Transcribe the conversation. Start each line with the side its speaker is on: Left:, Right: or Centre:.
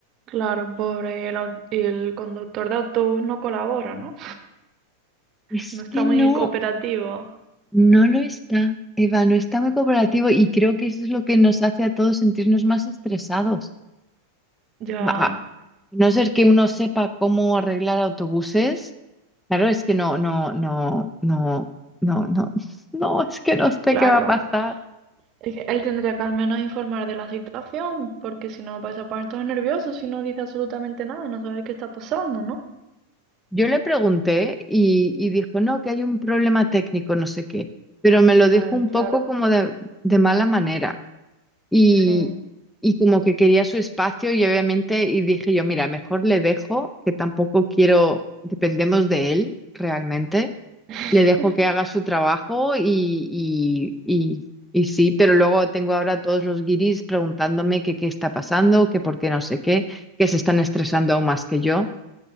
Right: Claro, pobre, el, au- y el conductor de autobús no colabora, ¿no?
Centre: Es
Right: No está
Centre: que no,
Right: muy cooperativo.
Centre: no lo está, Eva, no está muy cooperativo y creo que eso es lo que nos hace a todos sentirnos más estresados.
Right: Ya,
Centre: A a no ser que uno sepa cómo arreglar autobuses. Claro, es que no, no, no, no, no, no, <laughs> no, es que no sé
Right: claro.
Centre: qué va a pasar.
Right: Es que él tendría que al menos informar de la situación, porque si no vais a poner todos nerviosos si no dice absolutamente nada, no sabéis qué está pasando, ¿no?
Centre: Yo le pregunté y, y dijo, no, que hay un problema técnico, no sé qué, pero me lo dijo
Right: A ver,
Centre: un
Right: claro.
Centre: poco como de, de mala manera y,
Right: Sí.
Centre: y como que quería su espacio y obviamente, y dije yo, mira, mejor le dejo, que tampoco quiero, dependemos de él realmente.
Right: <laughs>
Centre: le dejo que haga su trabajo y, y, y, y sí, pero luego tengo ahora a todos los guiris preguntándome que qué está pasando, que por qué no sé qué, que se están estresando aún más que yo